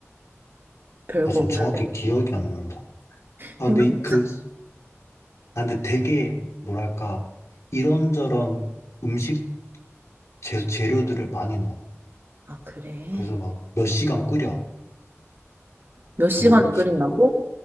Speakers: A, on the right; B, on the left.
A: 별거
B: 아, 지금
A: 없는데
B: 정확히 기억이 안 난다. 아,
A: 생각보다
B: 근데 이- 그, 아, 근데 되게 뭐랄까 이런저런 음식 재, 재료들을 많이 넣어.
A: 아 그래
B: 그래서 막 몇 시간 끓여.
A: 몇 시간을
B: 뭐,
A: 끓인다고?